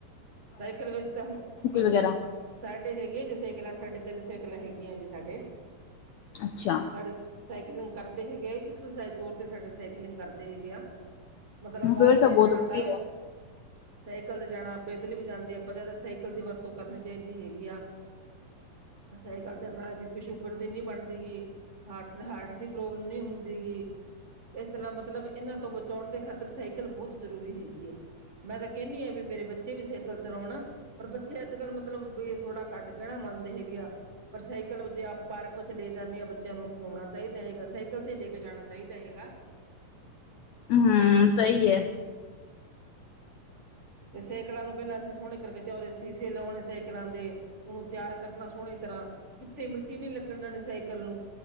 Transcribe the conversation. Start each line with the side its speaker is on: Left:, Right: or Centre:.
Right: ਸਾਈਕਲ ਵੈਸੇ ਤਾਂ ਹੁ ਸੀ-ਸੀ
Left: ਵਗੈਰਾ
Right: ਸਾਡੇ ਹੈਗੀਆਂ ਜੀ ਸਾਈਕਲਾਂ ਸਾਡੇ ਤਿੰਨ ਸਾਈਕਲਾਂ ਹੈਗੀਆਂ ਜੀ ਸਾਡੇ।
Left: ਅੱਛਿਆ!
Right: ਸਾਡੇ ਸਾਈਕਲਿੰਗ ਕਰਦੇ ਹੈਗੇ, ਐਕਸਰਸਾਈਜ਼ ਤੌਰ ਤੇ ਸਾਡੇ ਸਾਈਕਲਿੰਗ ਕਰਦੇ ਹੈਗੇ ਆ। ਮਤਲਬ ਬਾਹਰ
Left: ਫੇਰ
Right: ਖੇਤ
Left: ਬਹੁਤ
Right: ਜਾਣਾ
Left: ਵਧੀਆ
Right: ਤਾਂ ਵੀ ਸਾਈਕਲ ਤੇ ਜਾਣਾ। ਪੈਦਲ ਵੀ ਜਾਂਦੇ ਆ ਪਰ ਜਿਆਦਾ ਸਾਈਕਲ ਦੀ ਵਰਤੋਂ ਕਰਨੀ ਚਾਹੀਦੀ ਹੈਗੀ ਆ। ਸਾਈਕਲ ਚੱਲ ਨਾਲੇ ਬੀ ਪੀ, ਸ਼ੂਗਰ ਦੀ ਨਹੀਂ ਬਣਦੀ ਗਈ ਹਾਰਟ-ਹਾਰਟ ਦੀ ਪ੍ਰੋਬਲਮ ਨਹੀਂ ਹੁੰਦੀ ਗੀ। ਇਸ ਤਰ੍ਹਾਂ ਮਤਲਬ ਇਹਨਾਂ ਤੋਂ ਬਚਾਉਣ ਦੇ ਖਾਤਰ ਸਾ ਬਹੁਤ ਜ਼ਰੂਰੀ ਹੈਗੀ ਆ ਮੈਂ ਤਾਂ ਕਹਿਨੀ ਹਾਂ ਵੀ ਮੇਰੇ ਬੱ ਬੱਚੇ ਵੀ ਸਾਈਕਲ ਚਲਾਉਣਾ ਪਰ ਬੱਚੇ ਅੱਜ-ਕੱਲ੍ਹ ਮਤਲਬ ਕਿ ਥੋੜਾ ਕੱਟ ਕਹਿਣਾ ਮੰਨਦੇ ਹੈਗੇ ਆ। ਪਰ ਸਾਈਕਲ ਜੇ ਆਪ ਪਾਰਕ ਵਿੱਚ ਲੈ ਜਾਂਦੇ ਹਾਂ ਬੱਚਿਆਂ ਨੂੰ ਘੁੰਮਾਉਣਾ ਚਾਹੀਦਾ ਹੈਗਾ, ਸਾਈਕਲ ਤੇ ਲੈ ਕੇ ਜਾਣਾ ਚਾਹੀਦਾ ਹੈਗਾ।
Left: ਹਮ, ਸਹੀ ਏ।
Right: ਤੇ ਸੇਕਲਾਂ ਨੂੰ ਪਹਿਲਾਂ ਅਸੀਂ ਸੋਹਣੇ ਫਿਰ ਕੀਜੋਰੇ ਸ਼ੀਸ਼ੇ ਲਾਉਣੇ ਸਾਈਕਲਾ ਦੇ ਉਹਨੂੰ ਤਿਆਰ ਕਰਨਾ ਸੋਹਣੀ ਤਰ੍ਹਾਂ। ਕਿਤੇ ਮਿੱਟੀ ਨਹੀਂ ਲੱਗਣ ਦੇਣੀ ਸਾਈਕਲ ਨੂੰ